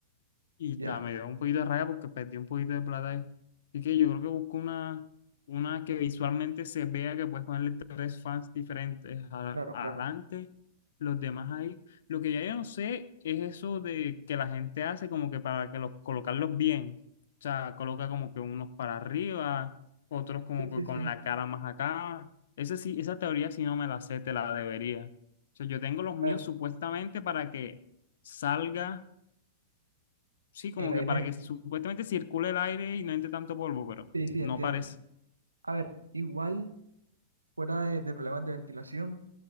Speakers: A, on the left; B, on the right.
A: Y
B: ya,
A: da, me dio un poquito de rabia porque perdí un poquito de plata ahí. Así que yo creo que busco una, una que visualmente se vea que puedes ponerle tres fans diferentes a-
B: claro,
A: adelante,
B: claro.
A: los demás ahí. Lo que ya yo no sé es eso de que la gente hace como que para que los colocarlos bien. O sea, coloca como que unos para arriba, otros como
B: Sí,
A: que con
B: sí, sí.
A: la cara más acá. Esa sí, esa teoría si no me la sé, te la debería. O sea, yo tengo los míos
B: A ver,
A: supuestamente para que salga sí, como
B: el aire.
A: que para que supuestamente circule el aire y no entre tanto polvo, pero
B: Sí, sí,
A: no
B: entiendo.
A: parece. O
B: A ver, igual, fuera de, de problemas de ventilación,